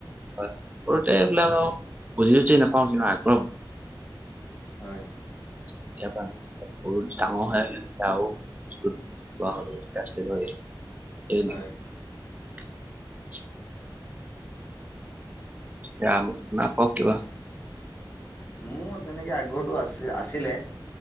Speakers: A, on the right; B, on the left.
A: হয় সৰুতে এইবিলাক বুজি চুজি নাপাওঁ কিন্তু আগ্ৰহ
B: হয়।
A: কেতিয়াবা বহুত ডাঙৰ হৈ তেতিয়া আৰু <unintelligible> এতিয়া
B: হয়।
A: <inaudible> যাম না কক কিবা?
B: মোৰ তেনেকে আগ্ৰহটো আছিল আছিলে